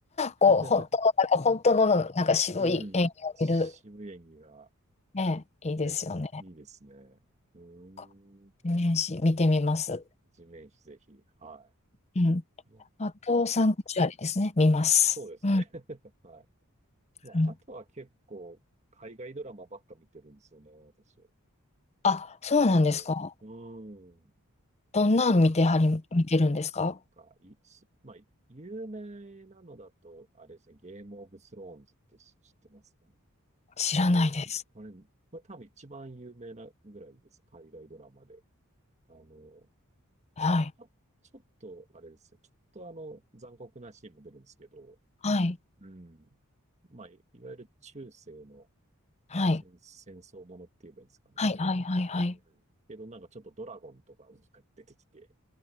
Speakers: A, on the right; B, on the left.
A: <laughs>
B: こう、本当の、なんか本当の、なんか渋い演技を見る、
A: うん。渋谷が
B: ね、いいですよね。
A: ね、いいですね。うーん。
B: こう年始見てみます。
A: 地面師ぜひ。は
B: うん。
A: い。まあ、
B: あと、
A: あとは、
B: サンクチュアリですね、見ます。
A: そうですね。
B: うん。
A: <laughs> はい。まあ、
B: うん
A: あとは結構、海外ドラマばっか見てるんですよね、私。
B: あ、そうなんですか。
A: こう、うーん。
B: どんなん見てはり、
A: こ
B: 見てるんですか
A: うなんか、いす、まあ、有名なのだと、あれですね、ゲームオブスローンズって知ってますかね。
B: 知らないです。
A: これ、あれ、これ多分一番有名なぐらいです。海外ドラマで。あの、
B: はい。
A: ちょ、ちょっと、あれですね。ちょっとあの、残酷なシーンも出るんですけど、
B: はい。
A: うん。まあ、いいわゆる中世の
B: はい。
A: 戦、戦争ものって言えばいいんですかね。
B: はい。はい。はい。はい。
A: うん。けどなんかちょっとドラゴンとかが出てきて、